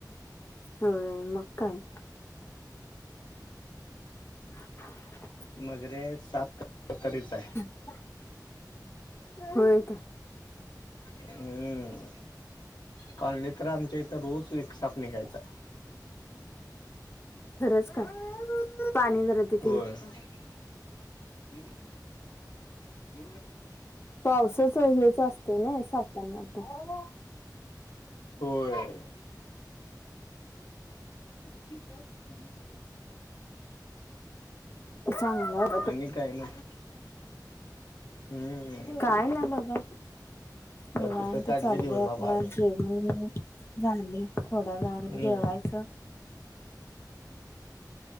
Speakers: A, on the left; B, on the left.
A: होय मग काय. <inaudible>
B: मगरी आहेत, साप तरीच आहे.
A: ह <unintelligible> होय काय?
B: हम्म कॉलनी तर आमच्या इथं रोज एक साप निघायचा.
A: खरंच काय पाणी जरा दे
B: व्हय.
A: तिला पावसच हेच असतंय नी सापांना. पण
B: होय. <inaudible>
A: <inaudible>
B: आणि काय नाही. हम्मम.
A: काय ना बघा निवांत
B: तिथं काढले
A: चाललंय
B: दिवस बाबा
A: आता
B: आम्ही
A: जेवण झाले थोड्या वेळान
B: हम्म
A: जेवायचं.